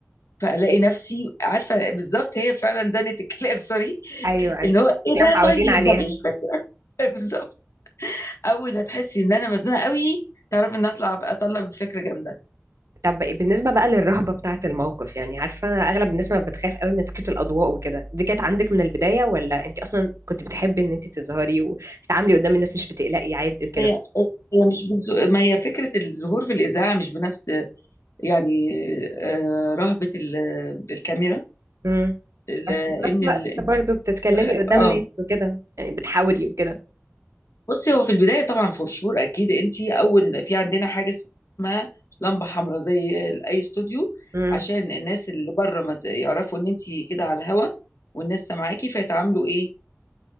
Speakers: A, on the left (about 85°); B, on the right (about 80°).
A: فألاقي نفسي عارفة بالظبط هي فعلا زنة الكلاب سوري
B: ايوه ايوه
A: اللي هو إيه
B: احنا
A: ده
B: متعودين
A: طيب
B: عليها
A: مفيش فكرة <laughs> بالظبط أول ما تحسي إن أنا مزنوقة قوي تعرفي إن أطلع أطلع بفكرة جامدة
B: طب بالنسبة بقى للرهبة بتاعة الموقف يعني عارفة أغلب الناس ما بتخاف قوي من فكرة الأضواء وكده دي كانت عندك من البداية ولا أنت أصلا كنت بتحبي إن أنت تظهري وتتعاملي قدام الناس مش بتقلقي عادي وكده
A: هي هي مش بالز... ما هي فكرة الظهور في الإذاعة مش بنفس يعني آه، رهبة ال- الكاميرا
B: امم
A: ال-
B: بس في نفس
A: إن
B: الوقت
A: ال... أنت
B: برضه بتتكلمي
A: بتستخ...
B: قدام
A: آه
B: ناس وكده يعني بتحاولي وكده
A: بصي هو في البداية طبعا فور أكيد أنت أول في عندنا حاجة اسمها لمبة حمراء زي أي استوديو
B: امم
A: عشان الناس اللي بره ما ت- يعرفوا إن أنت كده على الهوا والناس سامعاكي فيتعاملوا إيه